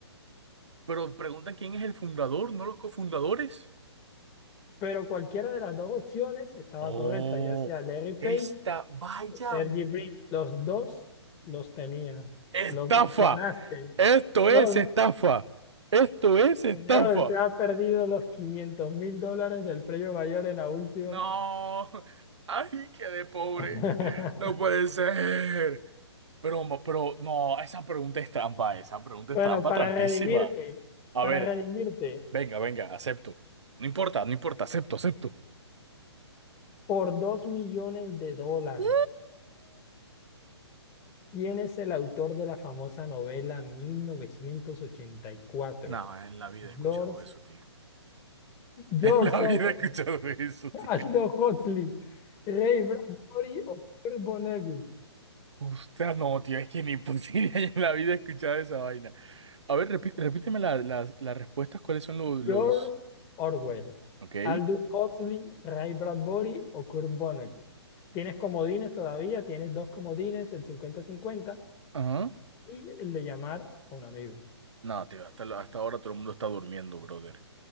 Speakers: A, on the right; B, on the left.
A: Pero pregunta quién es el fundador, no los cofundadores.
B: Pero cualquiera de las dos opciones estaba
A: Oh,
B: correcta, ya sea Larry Page
A: esta, vaya
B: o Serge
A: mm,
B: Brink. Los dos los tenías,
A: estafa.
B: los mencionaste.
A: Esto
B: Los,
A: es estafa. Esto es estafa.
B: ya te has perdido los quinientos mil dólares del premio mayor en la última.
A: No, <laughs> ay, qué de pobre.
B: <laughs>
A: No puede ser. Pero, mo- pero, no, esa pregunta es trampa, esa pregunta
B: Bueno,
A: es trampa,
B: para
A: trampísima.
B: redimirte,
A: A
B: para
A: ver,
B: redimirte,
A: venga, venga, acepto. No importa, no importa, acepto, acepto.
B: por dos millones de dólares,
A: <laughs> Mm.
B: ¿quién es el autor de la famosa novela 1984?
A: No, en la vida
B: George,
A: he escuchado eso, tío. <laughs>
B: George
A: En la
B: Orwell,
A: vida he escuchado eso, tío.
B: <laughs> Aldous Huxley, Ray Bradbury o Kurt Vonnegut.
A: Usted no, tío, es que ni posible <laughs> en la vida he escuchado esa vaina. A ver, repi- repíteme la- las, las respuestas, ¿cuáles son los, los...
B: George Orwell,
A: Ok.
B: Aldous Huxley, Ray Bradbury o Kurt Vonnegut. Tienes comodines todavía, tienes dos comodines, el cincuenta-cincuenta
A: Ajá.
B: y el de llamar a un amigo.
A: No, tío, hasta, la- hasta ahora todo el mundo está durmiendo, brother.